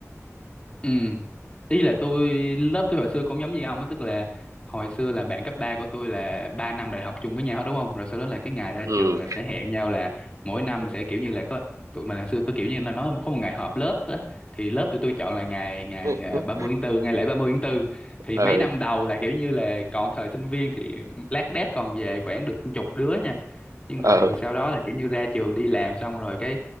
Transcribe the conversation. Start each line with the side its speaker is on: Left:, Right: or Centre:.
Left: Ừ. Ý là tôi lớp tôi hồi xưa cũng giống như ông á, tức là hồi xưa là bạn cấp 3 của tôi là 3 năm đại học chung với nhau hết, đúng không? Rồi sau đó là cái ngày ra
Right: ừ
Left: trường là sẽ hẹn nhau là mỗi năm sẽ kiểu như là có tụi mình hồi xưa có kiểu như là nói có một ngày họp lớp á thì lớp tụi tôi chọn là ngày ngày
Right: <laughs>
Left: à, ba mươi tháng 4, ngày lễ ba mươi tháng tư thì
Right: ừ
Left: mấy năm đầu là kiểu như là còn thời sinh viên thì lác đác còn về khoảng được chục đứa nha. Nhưng mà
Right: ừ
Left: rồi sau đó là kiểu như ra trường đi làm xong rồi cái